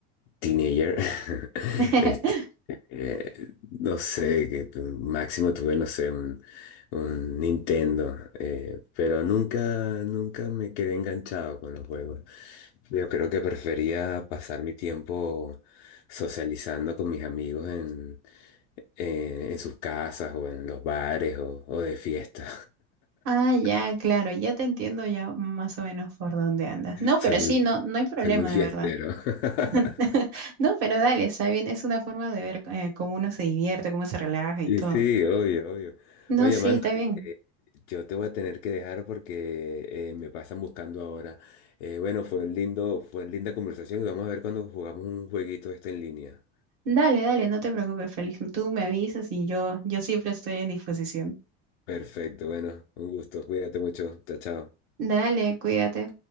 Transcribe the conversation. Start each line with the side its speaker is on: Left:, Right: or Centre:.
Left: teenager, <laughs>
Right: <laughs>
Left: este, eh, no sé, que tu- máximo tuve, no sé, un, un Nintendo, eh, pero nunca, nunca me quedé enganchado con los juegos. Yo creo que prefería pasar mi tiempo socializando con mis amigos en, eh, en sus casas o en los bares o, o de fiesta.
Right: Ah, ya,
Left: <laughs>
Right: claro, ya te entiendo ya más o menos por dónde andas. No, pero
Left: Soy muy,
Right: sí, no, no hay problema,
Left: soy muy fiestero.
Right: de verdad.
Left: <laughs>
Right: <laughs> No, pero dale, está bien, es una forma de ver eh, cómo uno se divierte, cómo se relaja y
Left: Y
Right: todo.
Left: sí, obvio, obvio.
Right: No,
Left: Oye,
Right: sí,
Left: Amanda,
Right: está bien.
Left: eh, yo te voy a tener que dejar porque eh, me pasan buscando ahora. Eh, bueno, fue un lindo, fue linda conversación y vamos a ver cuando jugamos un jueguito esto en línea.
Right: Dale, dale, no te preocupes, Félix. Tú me avisas y yo, yo siempre estoy en disposición.
Left: Perfecto, bueno, un gusto. Cuídate mucho. Chao, chao.
Right: Dale, cuídate.